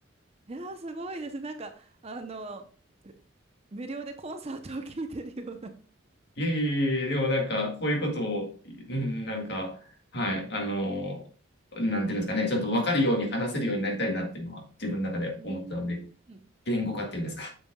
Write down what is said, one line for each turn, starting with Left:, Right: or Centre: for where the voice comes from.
Right: いやー、すごいです。なんか、あの、無料でコンサートを聴いてるような。
Left: いえいえいえ、でもなんか、こういうことを、うん、なんか、はい、あの、なんていうんですかね、ちょっと分かるように話せるようになりたいなっていうのは自分の中で思ってたので、
Right: うん。うん
Left: 言語化っていうんですか。